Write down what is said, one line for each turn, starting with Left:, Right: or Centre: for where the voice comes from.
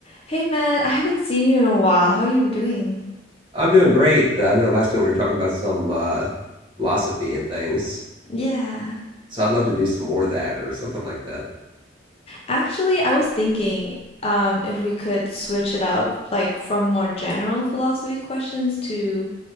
Left: Hey Matt, I haven't seen you in a while. How are you doing?
Right: I'm doing great. Uh, I know last time we were talking about some uh, philosophy and things,
Left: Yeah.
Right: so I'd love to do some more of that or something like that.
Left: Actually, I was thinking um, if we could switch it up, like from more general philosophy questions to